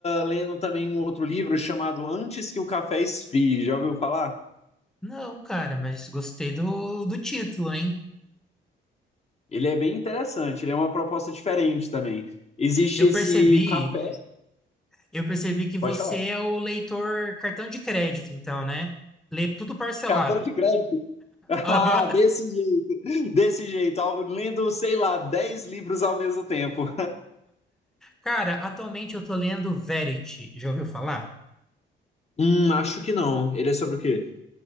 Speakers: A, on the left; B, in the centre.
A: lendo também um outro livro chamado Antes que o Café Esfrie, já ouviu falar?
B: Não, cara, mas gostei do, do título, hein?
A: Ele é bem interessante, ele é uma proposta diferente também. Existe
B: Eu
A: esse
B: percebi,
A: café,
B: eu percebi que você
A: pode falar.
B: é o leitor cartão de crédito, então, né? Lê tudo parcelado.
A: Cartão de crédito? <laughs>
B: <laughs> Aham.
A: Ah, desse jeito, desse jeito, ao- lendo, sei lá, 10 livros ao mesmo tempo.
B: Cara, atualmente eu tô lendo Verity. Já ouviu falar?
A: Hum, acho que não. Ele é sobre o quê?